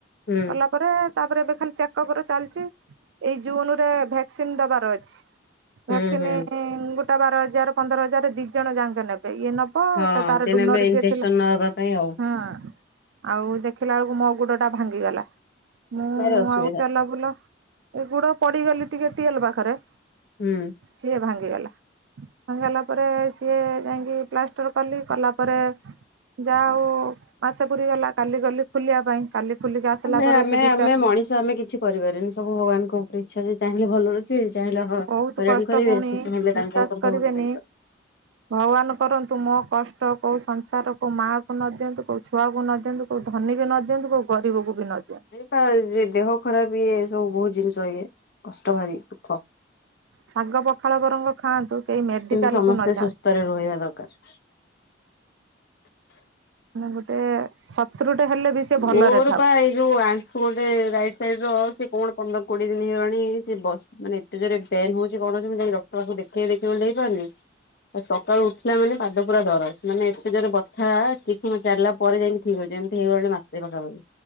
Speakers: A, on the left (about 55°); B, on the right (about 70°).
A: ହୁଁ
B: କଲା ପରେ ତାପରେ ଏବେ ଖାଲି ଚେକପର ଚାଲଚି ଏଇ ଜୁନ୍ ରେ ଭେକ୍ସିନ ଦବାର ଅଛି। ଭ୍ୟାକ୍ସିନି
A: ହୁଁ ହୁଁ।
B: ଗୋଟା ବାର ହଜାର ପନ୍ଦର ହଜାର ଦି ଜଣ ଯାଆଙ୍କେ ନେବେ ଇଏ ନବ୍‌ ହ
A: ହଁ
B: ସେ ତାର
A: ସେନା
B: ଡୁନର
A: ଏବେ ଇନଫେକ୍ସନ
B: ଯିଏ ଥିଲା
A: ନହବା ପାଇଁ ଆଉ
B: ହଁ। ଆଉ ଦେଖିଲା ଏଳକୁ ମୋ ଗୁଡ ଟା ଭାଙ୍ଗିଗଲା। ମୁଁ
A: ଭାରି ଅସୁବିଧା
B: ଆଉ ଚାଲା ବୁଲା ଏଗୁଡ ପଡିଗଲି ଟିକେ ଟିଏଲ ପାଖରେ।
A: ହୁଁ।
B: ସିଏ ଭାଙ୍ଗିଗଲା। ଭାଙ୍ଗିଗଲା ପରେ ସିଏ ଯାଇଁକି ପ୍ଲାଷ୍ଟର କଲି, କଲା ପରେ ଯା ହଉ ମାସେ ପୁରୀ ଗଲା କାଲି ଗଲି ଖୋଲିବା ପାଇଁ କାଲି ଖୋଲିକି ଆସିଲା
A: ଆମେ
B: ପରେ
A: ଆମେ
B: ସେ ଭି
A: ଆମେ ମଣିଷ ଆମେ କିଛି କରିପାରେନି ସବୁ ଭଗବାନଙ୍କ ଉପରେ ଇଚ୍ଛା ଯେ ଚାହିଁଲେ ଭଲରେ ହୁଁ ଚାହିଁଲେ ହଁ
B: ବହୁତ
A: ହଇରାଣ
B: କଷ୍ଟ
A: କରିବେ
B: ଭଉଣୀ
A: ସେ ଚାହିଁଲେ
B: ବିଶ୍ଵାସ
A: ତାଙ୍କ ଉପରେ
B: କରିବେନି
A: ସବୁ ଡିପେଣ୍ଡ କରେ।
B: ଭଗବାନ କରନ୍ତୁ ମୋ କଷ୍ଟ କୋଉ ସଂସାର କୋଉ ମାଆ କୁ ନ ଦିଅନ୍ତୁ କୋଉ ଛୁଆକୁ ନ ଦିଅନ୍ତୁ। କୋଉ ଧନୀ ନ ଦିଅନ୍ତୁ କୋଉ ଗରିବକୁ ବି ନ ଦିଅନ୍ତୁ।
A: ଟା ଯେ ଦେହ ଖରାପ ଇଏ ସବୁ ବହୁତ ଜିନିଷ ଇଏ କଷ୍ଟ ଭାରି ଦୁଃଖ।
B: ଶାଗ ପଖାଳ ବରଂ ଖାଆନ୍ତୁ କେହି ମେଡିକାଲକୁୁ
A: କିନ୍ତୁ ସମସ୍ତେ
B: ନଯାଆନ୍ତୁ।
A: ସୁସ୍ଥରେ ରହିବା ଦରକାର।
B: ମାନେ ଗୋଟେ ଶତ୍ରୁଟେ ହେଲେ ବି। ସେ ଭଲରେ
A: ମୋର
B: ଥାଉ।
A: ପା ଏଇ ଯୋଉ ଆଣ୍ଠ୍- ସେ ଗୋଟେ ରାଇଟ୍ ସାଇଡ଼ର ସେ କଣ ପନ୍ଦର କୋଡିଏ ଦିନ ହେଇଗଲାଣି ସେ ବସ ମାନେ ଏତେ ଜୋରରେ ପନ୍ ହଉଛି କଣହଉଛି ମୁଁ ଯାଇକ ଡକ୍ଟରଙ୍କୁ ଦେଖେଇ ଦେଖେଇବି ବୋଲି ଯାଇପାରୁନି। ସକାଳୁ ଉଠିଲା ମାନେ ପାଦ ପୁରା ଦରଜ ମାନେ ଏତେ ଜୋରେ ବଥା କିଛି ସମୟ ଚାଲିଲା ପରେ ଯାଇକି। ଠିକ ଅଛି ଏମିତି ହେଇଗଲାଣି ମାସେ ପାଖାପାଖି।